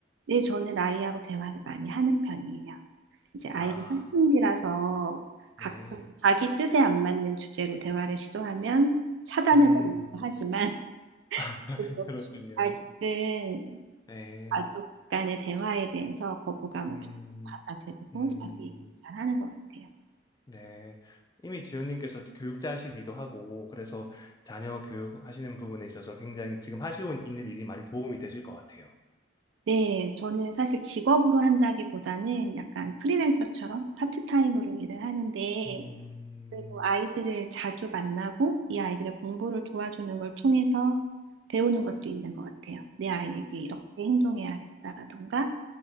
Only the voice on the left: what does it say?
아,
네.
음,
<laughs>
그렇군요.
네.
음,
음,
네. 이미 지연님께서 교육자시기도 하고, 그래서 자녀 교육하시는 부분에 있어서 굉장히 지금 하시고 있는 일이 많이 도움이 되실 것 같아요.
음,